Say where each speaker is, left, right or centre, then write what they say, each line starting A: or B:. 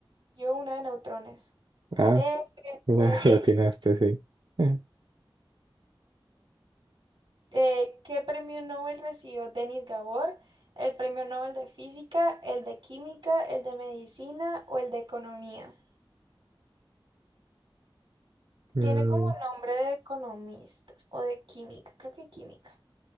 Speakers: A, on the right (about 75°); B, on the right (about 60°).
A: Yo una de neutrones.
B: Ah,
A: Eh,
B: <laughs> la,
A: una
B: la atinaste, sí. <laughs>
A: Eh, ¿qué premio Nobel recibió Denis Gabor? ¿El premio Nobel de Física, el de Química, el de Medicina o el de Economía?
B: Eh,
A: Tiene
B: mm,
A: como nombre de economista o de química, creo que química,